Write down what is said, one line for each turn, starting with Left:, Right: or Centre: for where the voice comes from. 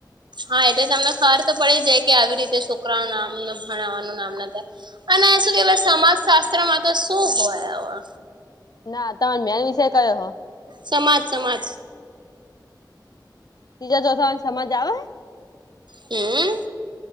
Right: હા એટલે તમને ખબર તો પડી જાય કે આવી રીતે છોકરાનું નામ ભણાવવાનું નામ ના થાય. અને શું કેવાય સમાજ શાસ્ત્ર માં તો શું હોય હવે.
Left: ના તમારે મેન વિષય કયો હો.
Right: સમાજ સમાજ.
Left: ત્રીજા ચોથા વાળા ને સમાજ આવે હે.
Right: હમ્મ.